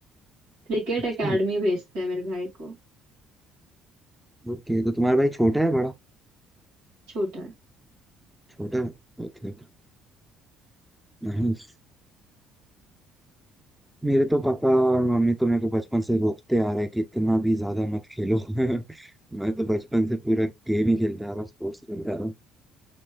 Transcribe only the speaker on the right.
क्रिकेट
एकेडमी भेजते हैं मेरे भाई को
छोटा है,